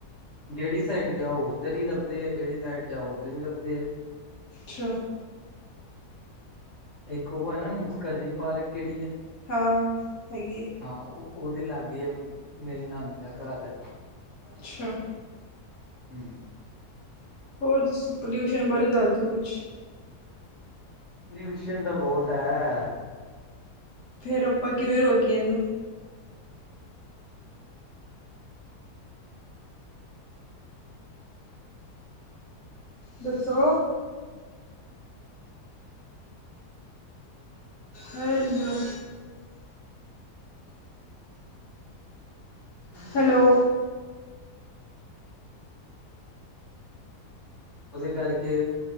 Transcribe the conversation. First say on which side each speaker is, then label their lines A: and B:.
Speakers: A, on the left; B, on the left.
A: ਜਿਹੜੀ ਸਾਈਡ ਜਾਓ ਉੱਧਰ ਹੀ ਲੱਭਦੇ ਆ ਜਿਹੜੀ ਸਾਈਡ ਜਾਓ ਉੱਧਰ ਹੀ ਲੱਭਦੇ ਆ।
B: ਛਾ।
A: ਇੱਕ ਉਹ ਹੈ ਨਾ ਮੁੱਕਰ ਦੀ ਪਾਰਕ ਕਿਹੜੀ ਹੈ।
B: ਹਾਂ ਹੈਗੀ ਏ।
A: ਹਾਂ ਉਹਦੇ ਲਾਗੇ ਮੇਰੀ ਨਾਨੀ ਦਾ ਘਰ ਹੈ।
B: ਛਾ।
A: ਹਮ।
B: ਹੋਰ ਦੱਸ ਪੋਲਿਊਸ਼ਨ ਬਾਰੇ ਦੱਸ ਦਿਉ ਕੁਛ?
A: ਪੋਲਿਊਸ਼ਨ ਤਾਂ ਬਹੁਤ ਹੈ।
B: ਫੇਰ ਆਪਾਂ ਕਿਵੇਂ ਰੋਗੀਏ ਇਹਨੂੰ‌‍‌? ਦੱਸੋ? ਹੈਲੋ। ਹੈਲੋ।
A: ਉਹਦੇ ਕਰਕੇ